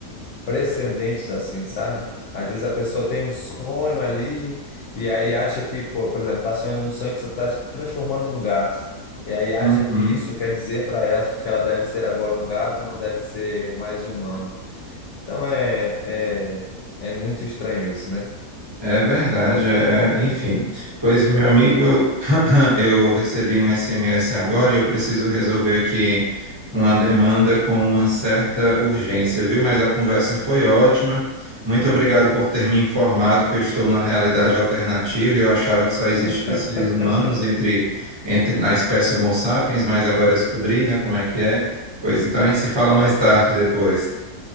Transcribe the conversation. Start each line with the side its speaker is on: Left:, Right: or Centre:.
Left: precedentes assim, sabe? Às vezes a pessoa tem um sonho ali e aí acha que, pô, por exemplo, tá sonhando num sonho que você tá transformando num gato. E aí acha
Right: Uhum.
Left: que isso quer dizer para ela <laughs> que ela deve ser agora um gato e não deve ser mais humano. Então é, é, é muito estranho isso, né?
Right: É verdade, é, é- enfim. Pois, meu amigo, eu, <clears throat> eu recebi um SMS agora e eu preciso resolver aqui uma demanda com uma certa urgência, viu? Mas a conversa foi ótima. Muito obrigado por ter me informado que eu estou numa realidade alternativa. Eu achava que só existiam
Left: <laughs>
Right: seres humanos entre, entre na espécie Homo sapiens, mas agora descobri, né, como é que é. Pois então a gente se fala mais tarde depois.